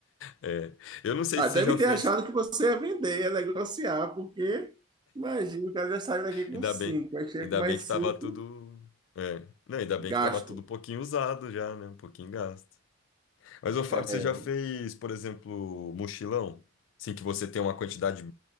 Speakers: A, on the left (about 80°); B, on the right (about 25°).
A: É. Eu não sei
B: Ah,
A: se
B: deve
A: você já
B: ter
A: fez.
B: achado que você ia vender, ia negociar, porque imagina, o cara já saiu daqui
A: Ainda
B: com cinco,
A: bem.
B: aí chega
A: Ainda
B: com mais
A: bem que
B: cinco,
A: tava tudo. É. Não, ainda bem
B: gasto.
A: que tava tudo um pouquinho usado já, né? Um pouquinho gasto. Mas, ô Fábio,
B: É,
A: você já fez, por exemplo, mochilão? Assim que você tem uma quantidade